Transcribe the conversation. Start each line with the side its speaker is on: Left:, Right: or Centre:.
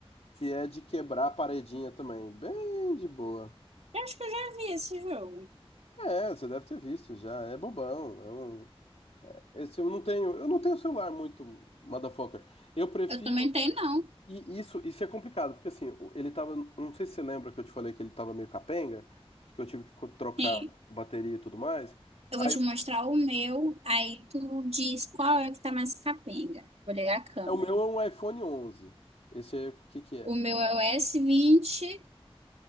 Left: que é de quebrar a paredinha também. Bem de boa.
Right: Eu acho que eu já vi esse jogo.
Left: É, você deve ter visto já. É bobão. É um... Esse eu não tenho, eu não tenho celular muito, motherfucker. Eu prefiro.
Right: Eu também tenho, não.
Left: E isso, isso é complicado, porque assim, o- ele tava. Não sei se você lembra que eu te falei que ele tava meio capenga, que eu tive que co- trocar
Right: sim
Left: bateria e tudo mais.
Right: Eu
Left: Aí
Right: vou te mostrar o meu, aí tu diz qual é o que tá mais capenga. Vou ligar a câmera.
Left: é, o meu é um iPhone onze. Esse aí, o que que é?
Right: O meu é o s vinte